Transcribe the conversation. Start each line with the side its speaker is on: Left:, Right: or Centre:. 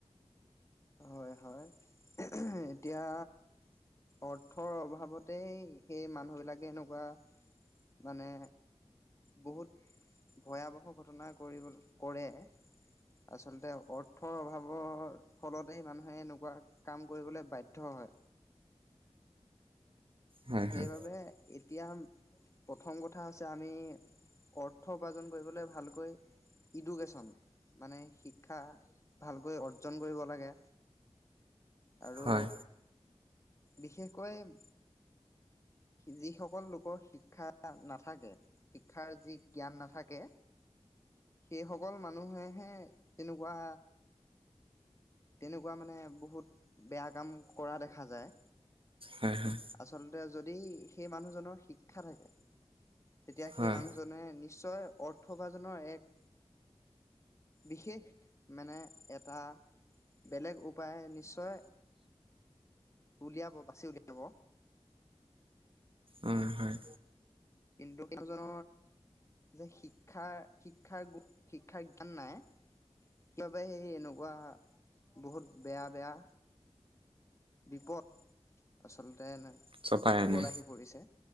Left: হয় হয়। <unintelligible> এতিয়া অৰ্থৰ অভাৱতেই সেই মানুহবিলাকে এনেকুৱা মানে বহুত ভয়াৱহ ঘটনা কৰিব কৰে। আচলতে অৰ্থৰ অভাৱৰ। ফলতে মানুহে এনেকুৱা কাম কৰিবলৈ বাধ্য হয়।
Right: হয়
Left: সেইবাবে
Right: হয়
Left: এতিয়া। প্ৰথম কথা হৈছে আমি। অৰ্থ উপাৰ্জন কৰিবলৈ ভালকৈ, ইডুকেশ্যন মানে শিক্ষা ভালকৈ অৰ্জন কৰিব লাগে, আৰু
Right: হয়
Left: বিশেষকৈ। যিসকল লোকৰ শিক্ষা নাথাকে, শিক্ষাৰ যি জ্ঞান নাথাকে। সেইসকল মানুহেহে তেনেকুৱা। তেনেকুৱা মানে বহুত বেয়া কাম কৰা দেখা যায়।
Right: হয় হয়
Left: আচলতে যদি। সেই মানুহজনৰ শিক্ষা থাকে। তেতিয়া
Right: হয়
Left: সেই মানুহজনে নিশ্চয় অৰ্থ উপাৰজনৰ এক। বিশেষ মানে এটা। বেলেগ উপায় নিশ্চয়, উলিয়াব বাচি উলিয়াব।
Right: <inaudible> উম হয়।
Left: কিন্তু সেইজনৰ যে, শিক্ষাৰ শিক্ষাৰ শিক্ষাৰ জ্ঞান নাই। সেইবাবে ই এনেকুৱা বহুত বেয়া বেয়া। বিপদ। আচলতে এনে
Right: চপাই
Left: বিপদ
Right: আনে
Left: আহি পৰিছে।